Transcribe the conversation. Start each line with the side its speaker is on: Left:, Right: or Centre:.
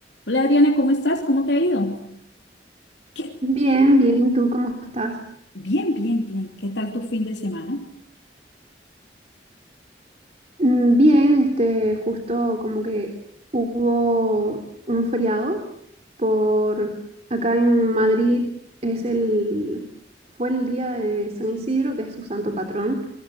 Left: Hola Adriana, ¿cómo estás? ¿Cómo te ha ido? ¿Qué?
Right: Bien, bien, ¿tú cómo estás?
Left: Bien, bien, bien. ¿Qué tal tu fin de semana?
Right: Mm, Bien, este, justo como que hubo un feriado por acá en Madrid es el, fue el día de San Isidro, que es su santo patrón.